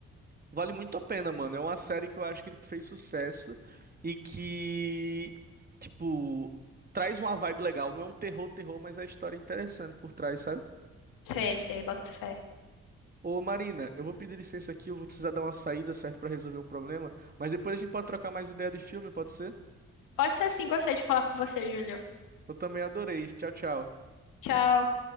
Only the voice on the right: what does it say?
Vale muito a pena, mano. É uma série que eu acho que tipo, fez sucesso e que, tipo, traz uma vibe legal. Não é um terror, terror, mas é a história interessante por trás, sabe?
Ô, Marina, eu vou pedir licença aqui, eu vou precisar dar uma saída, certo, pra resolver um problema, mas depois a gente pode trocar mais ideia de filme, pode ser?
Eu também adorei. Tchau, tchau.